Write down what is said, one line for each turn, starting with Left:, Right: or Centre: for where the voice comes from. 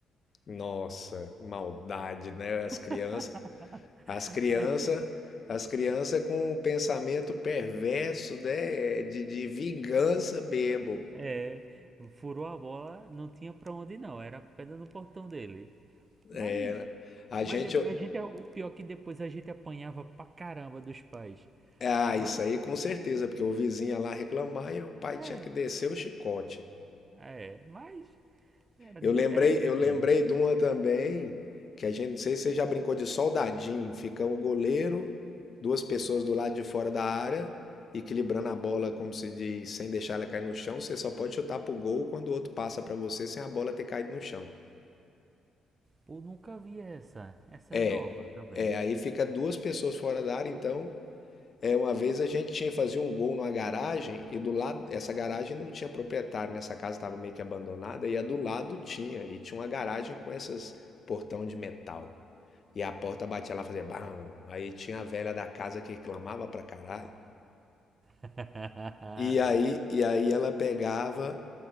Left: Nossa, maldade, né? As
Right: <laughs>
Left: crianças, as crianças,
Right: Acho que
Left: as crianças com o pensamento perverso, né? De, de vingança bebo.
Right: É, furou a bola, não tinha pra onde não, era pedra no portão dele.
Left: É,
Right: Mas,
Left: a
Right: mas
Left: gente,
Right: depois a gente, o pior é que depois a gente apanhava pra caramba dos pais.
Left: ah,
Right: Mas,
Left: isso aí com certeza, porque o vizinho ia lá reclamar e o pai
Right: é,
Left: tinha que descer o chicote.
Right: é, mas era,
Left: Eu
Right: di-
Left: lembrei,
Right: era divertido.
Left: eu lembrei de uma também, que a gente, não sei se você já brincou de soldadinho, fica o goleiro, duas pessoas do lado de fora da área, equilibrando a bola, como se diz, sem deixar ela cair no chão, você só pode chutar pro gol quando o outro passa pra você sem a bola ter caído no chão.
Right: Pô, nunca vi essa, essa
Left: É,
Right: é nova também.
Left: é, aí fica duas pessoas fora da área, então, é, uma vez a gente tinha fazer um gol numa garagem e do lado, essa garagem não tinha proprietário, nessa casa estava meio que abandonada e a do lado tinha, e tinha uma garagem com esses portão de metal. E a porta batia lá, fazia bam. Aí tinha a velha da casa que reclamava pra caralho.
Right: <laughs>
Left: E aí, e aí ela pegava